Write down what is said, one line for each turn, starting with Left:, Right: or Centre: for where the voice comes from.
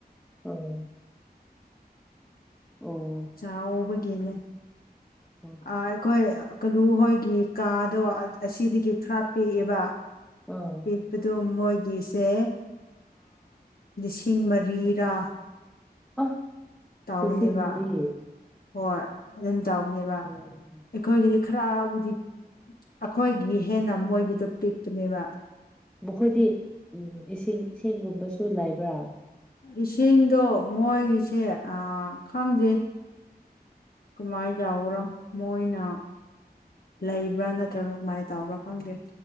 Centre: ꯑꯥ ꯑꯣ꯫
Left: ꯆꯥꯎꯕꯒꯤꯅꯦ
Centre: ꯑꯥ
Left: ꯑ ꯑꯩꯈꯣꯏ ꯀꯂꯨ ꯍꯣꯏꯒꯤ ꯀꯥꯗꯣ ꯑꯁꯤꯗꯒꯤ ꯈꯔ ꯄꯤꯛꯑꯦꯕ꯫
Centre: ꯑꯥ
Left: ꯄꯤꯛꯄꯗꯣ ꯃꯣꯏꯒꯤꯁꯦ ꯂꯤꯁꯤꯡ ꯑꯥ ꯃꯔꯤꯔꯥ
Centre: ꯑ꯫
Left: ꯇꯥꯎꯕꯅꯦꯕ
Centre: ꯂꯤꯁꯤꯡ ꯃꯔꯤ
Left: ꯍꯣꯏ ꯑꯗꯨꯝ ꯇꯥꯎꯕꯅꯦꯕ꯫
Centre: ꯑꯣ
Left: ꯑꯈꯣꯏꯒꯤꯗꯤ ꯈꯔꯕꯨꯗꯤ ꯑꯈꯣꯏꯒꯤ ꯍꯦꯟꯅ ꯃꯣꯏꯒꯤꯗꯣ ꯄꯤꯛꯄꯅꯦꯕ꯫
Centre: ꯃꯈꯣꯏꯗꯤ ꯎꯝ ꯏꯁꯤꯡ ꯏꯁꯤꯡꯒꯨꯝꯕꯁꯨ ꯂꯩꯕ꯭ꯔꯥ꯫
Left: ꯏꯁꯤꯡꯗꯣ ꯃꯣꯏꯒꯤꯁꯦ ꯑ ꯈꯪꯗꯦ꯫ ꯀꯃꯥꯏꯅꯟ ꯌꯥꯎꯕ꯭ꯔꯣ ꯃꯣꯏꯅ꯫ ꯂꯩꯕ꯭ꯔꯥ ꯅꯠꯇ꯭ꯔꯒ ꯀꯃꯥꯏꯅ ꯇꯧꯕ꯭ꯔꯥ ꯈꯪꯗꯦ꯫